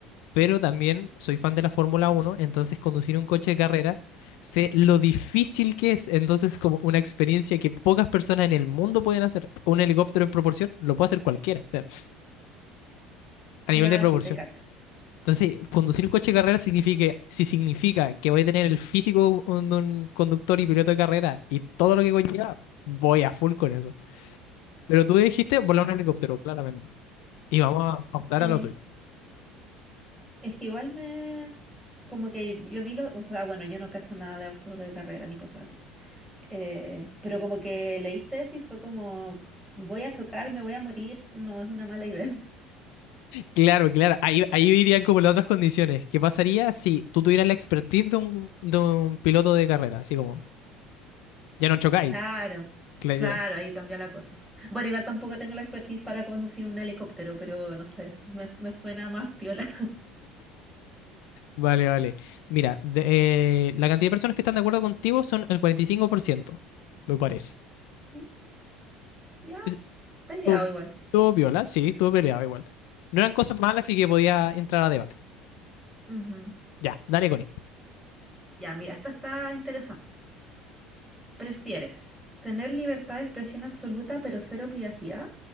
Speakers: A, on the left; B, in the centre.
A: pero también soy fan de la Fórmula Uno, entonces conducir un coche de carrera, sé lo difícil que es, entonces como una experiencia que pocas personas en el mundo pueden hacer. Un helicóptero en proporción lo puede hacer cualquiera, o sea, a
B: Ya,
A: nivel de proporción.
B: sí, te cacho.
A: Entonces, conducir un coche de carrera significa, si significa que voy a tener el físico de un un conductor y piloto de carrera y todo lo que conlleva, voy a full con eso. Pero tú dijiste volar un helicóptero, claramente. Y vamos a optar
B: Sí.
A: a lo tuyo.
B: Es que igual me... Como que yo vi lo... O sea, bueno, yo no cacho nada de autos de carrera ni cosas así. Eh, pero como que leíste eso y fue como... Voy a chocar, me voy a morir. No es una mala idea. <laughs>
A: Claro, claro. Ahí, ahí irían como las otras condiciones. ¿Qué pasaría si tú tuvieras la expertise de un, de un piloto de carrera? Así como, ya no chocáis.
B: Claro,
A: Claro,
B: claro,
A: ya.
B: ahí cambia la cosa. Bueno, igual tampoco tengo la expertise para conducir un helicóptero, pero no sé, me, me suena más piola.
A: Vale, vale. Mira, de- eh, la cantidad de personas que están de acuerdo contigo son el 45%, me parece.
B: <laughs> Ya,
A: Es-
B: peleado
A: Estuvo
B: igual.
A: estuvo piola, sí, estuvo peleado igual. No eran cosas malas, así que podía entrar a debate.
B: Ujú.
A: Ya, dale, Connie.
B: Ya, mira, esta está interesante. ¿Prefieres tener libertad de expresión absoluta pero cero privacidad?